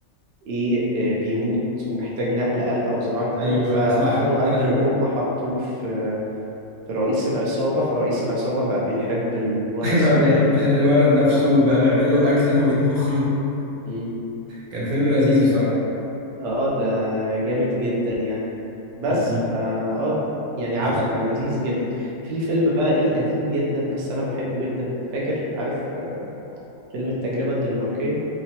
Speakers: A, on the right (about 65°); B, on the right (about 80°).
A: ايه آه، بيموت ومحتاج نقل قلب او زراعة قلب
B: ايوه
A: فاخدوا
B: صح أنت
A: قلب
B: كده
A: الام
B: فاكر
A: حطوه في في رئيس العصابة فرئيس العصابة بقى بيحب الولد
B: <laughs> هيبقى
A: الصغير
B: بيحب الولد نفسه
A: نعم
B: وبقى بيعمل له اكل وبيطبخ له
A: مم.
B: كان فيلم لذيذ بصراحه
A: اه ده جامد جدا يعني بس
B: <laughs>
A: فا اه يعني عارفه
B: لا.
A: كان لذيذ جدا في فيلم بقى ايه قديم جدا بس انا بحبه جدا فاكر عارف آه، فيلم التجربة الدنماركية